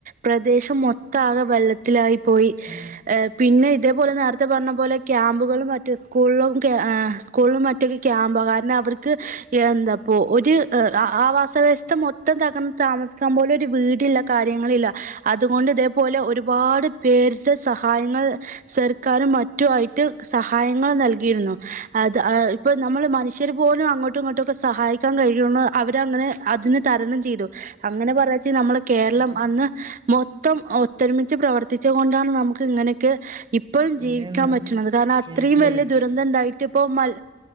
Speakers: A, on the right; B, on the right.
A: പ്രദേശം മൊത്ത ആകെ വെള്ളത്തിലായി പോയി
B: ഉം
A: ഹ് പിന്നെ ഇതേപോലെ നേരത്തെ പറഞ്ഞ പോലെ ക്യാമ്പുകളും മറ്റ് സ്കൂലും ക്യാ ആ സ്കൂളലും മ റ്റയ്ക്ക് ക്യാമ്പ് കാരണം അവർക്ക് എന്താപ്പോ ഒരു ഹ് അ ആ വാസ് വ്യവസ്ഥ മൊത്തം തകർന്ന താമസിക്കാൻ പോലൊരു വീടില്ല കാര്യങ്ങളില്ല അതുകൊണ്ട് ഇതേപോലെ ഒരുപാട് പേരുടെ സഹായങ്ങൾ സർക്കാരും മറ്റു ആയിട്ട് സഹായങ്ങൾ നൽകിയിരുന്നു അത് ആ ഇപ്പൾ നമ്മൾ മനുഷ്യർ പോലും അങ്ങോട്ടും ഇങ്ങോട്ടുമൊക്കെ സഹായിക്കാൻ കഴിയുണു അവരങ്ങനെ അതിന് തരണം ചെയ്തു അങ്ങനെ പറയാച്ച ഞമ്മള് കേരളം
B: ഉം.
A: അന്ന് മൊ ത്തം ഒത്തൊരുമിച്ച് പ്രവർത്തിച്ചു കൊണ്ടാണ് നമുക്ക് ഇങ്ങനെ ക് ഇപ്പോഴും
B: പിന്നെ
A: ജീവിക്കാൻ
B: എന്താ
A: പറ്റണത് കാരണം അത്രയും
B: കേട്ടില്ലേ
A: വലിയ ദുരന്തം ഇണ്ടായിട്ട് ഇപ്പ മൽ